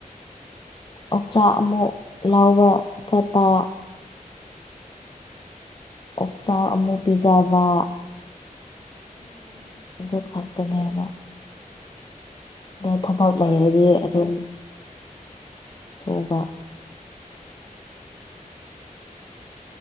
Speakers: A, on the left (about 35°); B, on the right (about 75°).
A: ꯑꯣꯎꯆꯥꯛ ꯑꯃꯨꯛ ꯂꯧꯕ ꯆꯠꯄ ꯑꯣꯛꯆꯥꯛ ꯑꯃꯨꯛ ꯄꯤꯖꯕ
B: ꯎꯝ꯫
A: ꯑꯗꯨ ꯈꯛꯇꯅꯦꯕ꯫ ꯑꯗꯣ ꯊꯕꯛ
B: ꯁꯣꯏꯔꯦ
A: ꯂꯩꯔꯗꯤ
B: ꯁꯣꯏꯔꯦ
A: ꯑꯗꯨꯝ ꯁꯨꯕ꯫